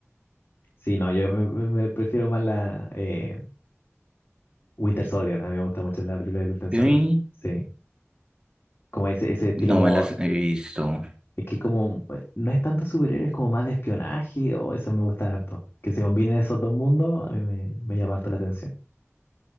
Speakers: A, on the left; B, on the right.
A: sí, no, yo me, me- me prefiero más la eh, Winter Soldier, a mí me gusta mucho la película de Winter Soldier,
B: Sí,
A: sí. Como ese, ese estilo
B: no
A: como,
B: me las he visto.
A: es que como, eh, no es tanto superhéroe, es como más de espionaje, o eso me gusta harto. Que se combinen esos dos mundos, a mí me, me llama harto la atención.